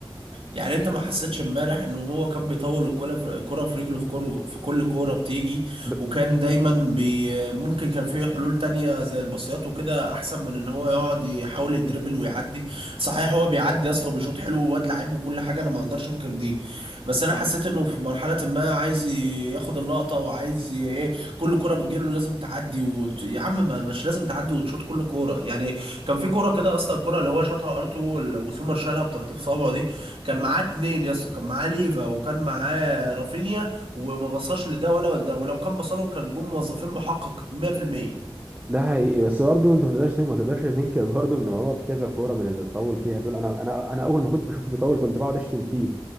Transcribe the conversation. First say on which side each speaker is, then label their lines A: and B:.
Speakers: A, on the right; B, on the right.
A: يعني انت ما حسيتش امبارح ان هو كان بيطول الكرة في الكرة في رجله في كل في كل كورة بتيجي
B: ب-
A: وكان دايما بي ممكن كان فيه حلول تانية زي الباصيات وكده احسن من ان هو يقعد يحاول يدربل ويعدي صحيح هو بيعدي يا اسطى وبيشوط حلو وواد لعيب وكل حاجة انا ما اقدرش انكر دي بس انا حسيت انه في مرحلة ما عايز ياخد اللقطة وعايز ي- ايه كل كرة بتجيله لازم تعدي وت... يا عم ما مش لازم تعدي وتشوط كل كورة يعني كان في كورة كده يا اسطى الكورة اللي هو شاطها ار2 وسومر شالها بطراطيف صوابعه دي كان معاه اتنين يا اسطى كان معاه ليفا وكان معاه رافينيا وما بصاش لده ولا لده ولو كان بصلهم كان جم موظفين محقق 100%
B: ده حقيقي بس برضه انت ما تقدرش تن- ما تقدرش تنكر برضه ان هو في كذا كوره من اللي اتطول فيها دول انا انا انا اول ما كنت بشوفه بيطول كنت بقعد اشتم فيه